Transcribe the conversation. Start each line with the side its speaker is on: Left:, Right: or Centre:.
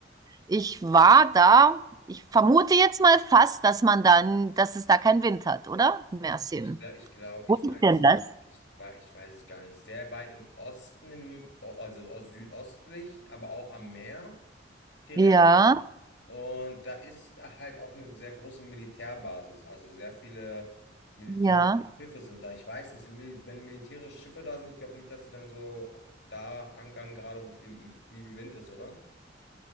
Right: Ich war da. Ich vermute jetzt mal fast, dass man dann, dass es da keinen Wind hat, oder? Mersin.
Left: Ich, gla- ich glaube,
Right: Wo
Left: ich
Right: ist
Left: weiß
Right: denn
Left: es,
Right: das?
Left: ich, wei- ich weiß es gar nicht. Sehr weit im Osten, im, o- also aus südöstlich, aber auch am Meer. direkt.
Right: Ja,
Left: Und da ist halt auch eine sehr große Militärbasis. Also sehr viele militärische
Right: ja.
Left: Schiffe sind da. Ich weiß nicht, sind, Mil- wenn militärische Schiffe da sind, ich glaube nicht, dass sie dann so da ankern, gerade wo viel, viel Wind ist, oder?